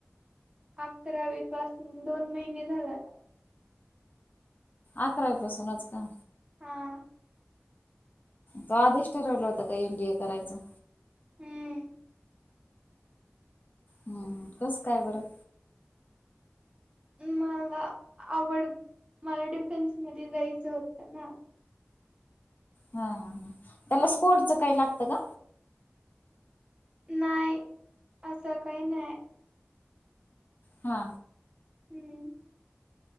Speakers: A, on the right; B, on the left.
A: अकरावी पासून दोन महिने झाल आता.
B: अकरावीपसूनच का?
A: हां
B: तु आधीच ठरवला होता का एनडीए करायचा?
A: हम्म
B: हम् कस काय बरं?
A: मला आवड मला डिफेन्स मध्ये जायचं होतं ना.
B: हा ह ह त्याला
A: हम्म
B: स्पोर्टच काही लागतं का?
A: नाही. असं काही नाही.
B: हा
A: हम्म